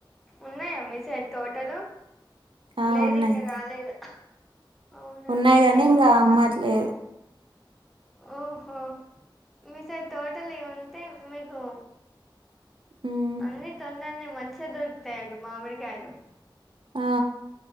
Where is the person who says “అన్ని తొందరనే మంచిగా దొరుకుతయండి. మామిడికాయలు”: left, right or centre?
Centre